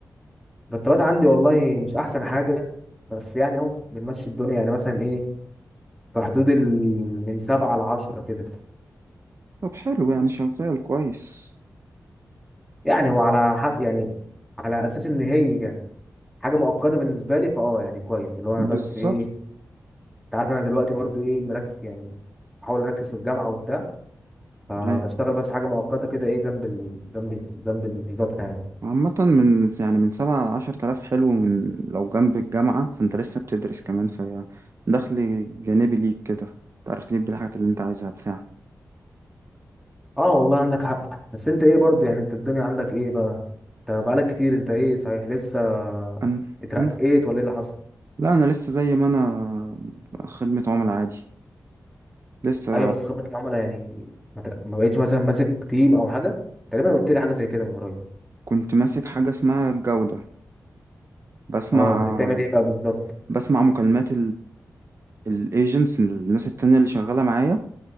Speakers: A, in the centre; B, on the right.
A: المرتبات عندي والله مش احسن حاجه بس يعني اهو بنمشي الدنيا يعني مثلا ايه في حدود ال... من سبعة لعشرة كده
B: طب حلو يعني شغال كويس
A: يعني هو على حسب يعني على اساس ان هي حاجه مؤقته بالنسبه لي فاه يعني كويس اللي هو انا
B: بالظبط
A: بس ايه انت عارف انا دلوقتي برضو ايه مركز يعني بحاول اركز في الجامعه وبتاع فبشتغل
B: ايوه
A: بس حاجه مؤقته كده ايه جنب ال... جنب ال- جنب المذاكره يعني
B: عامة من يعني من سبعة لعشر تلاف حلو من لو جنب الجامعة فانت لسه بتدرس كمان في دخل جانبي ليك كده تعرف تجيب بيه الحاجات اللي انت عايزها بتاع
A: اه والله عندك حق بس انت ايه برضه يعني انت الدنيا عندك ايه بقى انت بقالك كتير انت ايه صحيح لسه
B: انا
A: اترقيت
B: انا
A: ولا ايه اللي حصل
B: لا انا لسه زي ما انا خدمة عملاء عادي لسه
A: ايوه بس في خدمه العملاء يعني ما, تر... ما بقيتش مثلا ماسك تيم او حاجه تقريبا قلت لي حاجه زي كده من قريب
B: كنت ماسك حاجة اسمها الجودة بسمع
A: اه كنت بتعمل ايه بقى بالظبط
B: بسمع مكالمات الايجنتس الناس التانية اللي شغالة معايا